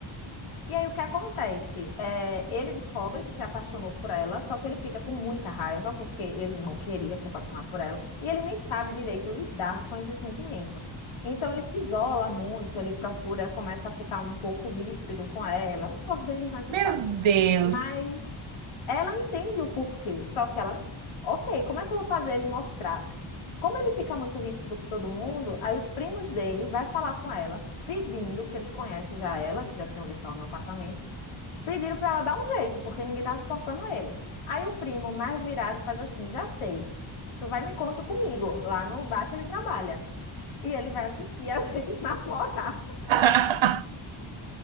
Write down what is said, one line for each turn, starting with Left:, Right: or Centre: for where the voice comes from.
Left: E aí o que acontece? É, ele descobre que se apaixonou por ela, só que ele fica com muita raiva porque ele não queria se apaixonar por ela e ele nem sabe direito lidar com esse sentimento. Então ele se isola muito, ele procura, começa a ficar um pouco ríspido com ela, um negócio bem desnecessário.
Right: Meu Deus.
Left: Mas ela entende o porquê, só que ela, ok, como é que eu vou fazer ele mostrar? Como ele fica muito ríspido com todo mundo, aí os primos dele vai falar com ela, pedindo, porque eles conhecem já ela, que já tinham visto ela no apartamento Pediram para ela dar um jeito, porque ninguém tava suportando ele. Aí o primo, mais virado, faz assim: já sei, tu vai no encontro comigo, lá no bar que ele trabalha. E ele vai assistir a gente <laughs> namorar.
Right: <laughs>